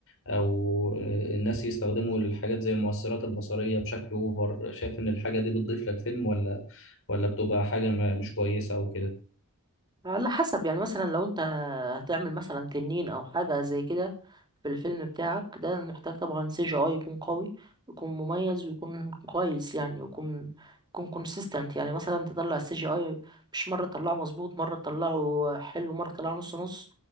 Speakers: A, on the left; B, on the right.
A: او آه، الناس يستخدموا الحاجات زي المؤثرات البصريه بشكل اوفر شايف ان الحاجه دي بتضيف للفيلم ولا ولا بتبقى حاجه ما- مش كويسه او كده
B: على حسب يعني مثلا لو انت هتعمل مثلا تنين او حاجه زي كده في الفيلم بتاعك ده محتاج طبعا سي جي اي يكون قوي يكون مميز ويكون كويس يعني يكون يكون كونسيستنت يعني مثلا تطلع السي جي اي مش مره تطلعه مظبوط مره تطلعه حلو مره تطلعه نص نص